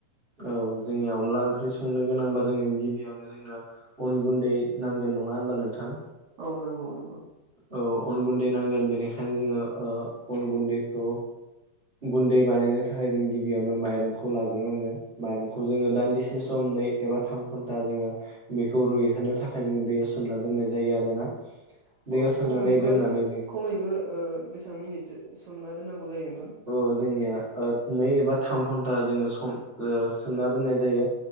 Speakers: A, on the right; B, on the right.
A: औ जोंनि अनला ओंख्रि संनो गोनांबा जोङो गिबियावनो जोंनो अन गुन्दै नांगोन नङा होनबा नोंथां
B: औ नंगौ नंगौ
A: औ अन गुन्दै नांगोन बेनिखायनो जोङो ओ अन गुन्दैखौ गुन्दै बानायनो थाखाय जों गिबियावनो माइरंखौ लाग्रोनांगोन माइरंखौ जोङो दान्दिसे सम नै एबा थाम घन्टा जोङो बेखौ रुइहोनो थाखाय जोङो दैयाव सोमना दोननाय जायो आरोना दैयाव
B: औ
A: सोमनानै
B: खमैबो
A: दोननानै जोङो
B: खमैबो ओ बेसां मिनिटसो सोमना दोननांगौ जायो नोंथां
A: औ जोंनिया ओ‌‌ नै एबा थाम घन्टा जोङो सम ओ‌ सोमना दोननाय जायो